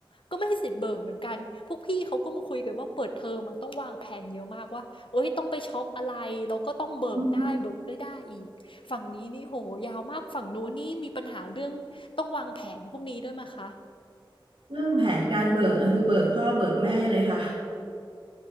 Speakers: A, on the left (about 75°); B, on the right (about 80°).
A: ก็ไม่ให้สิทธิ์เบิกเหมือนกันพวกพี่เขาก็มาคุยกันว่าเปิดเทอมอ่ะต้องวางแผนเยอะมากว่าเอ้ยต้องไปช็อปอะไรแล้วก็ต้องเบิกได้เบิกไม่ได้อีกฝั่งนี้นี่โหยาวมากฝั่งนู้นนี่มีปัญหาเรื่องต้องวางแผนพวกนี้ด้วยไหมคะ
B: อืมเรื่องแผนการเบิกอะคือเบิกพ่อเบิกแม่เลยค่ะ